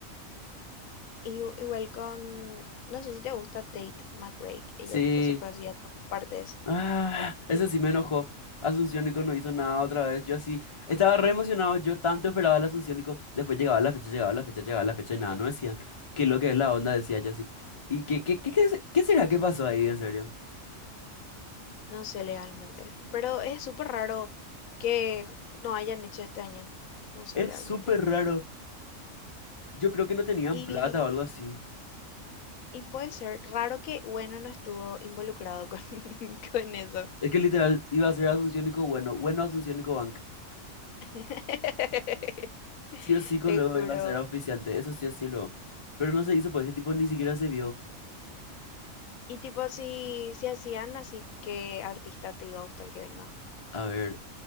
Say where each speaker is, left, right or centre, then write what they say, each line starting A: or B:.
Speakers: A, on the left (about 80°); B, on the left (about 25°).
A: Y, u- igual con, no sé si te gusta Tate McRae. Ella
B: Sí,
A: tipo se fue así a todas partes.
B: ah,
A: y
B: eso sí me enojó. Asunción Nico no hizo nada otra vez. Yo así, estaba re emocionado, yo tanto esperaba el Asunción Nico Después llegaba la fecha, llegaba la fecha, llegaba la fecha y nada, no decían. ¿Qué es lo que es la onda? Decía yo así. ¿Y qué, qué, qué, qué, se- qué será que pasó ahí, en serio?
A: no sé legalmente. Pero es súper raro que no hayan hecho este año. No sé
B: Es
A: legalmente.
B: súper raro. Yo creo que no tenían
A: Y,
B: plata o algo así.
A: y puede ser raro que Bueno no estuvo involucrado con, <laughs> con eso.
B: Es que literal iba a ser Asunción y bueno, bueno Asunción y Cobanc.
A: <laughs>
B: Sí o sí, luego
A: Te juro.
B: iba a ser auspiciante, eso sí o sí luego. Pero no se hizo, pues ese tipo ni siquiera se vio.
A: Y tipo, si, si hacían así, ¿qué artista te iba a gustar que venga?
B: A ver,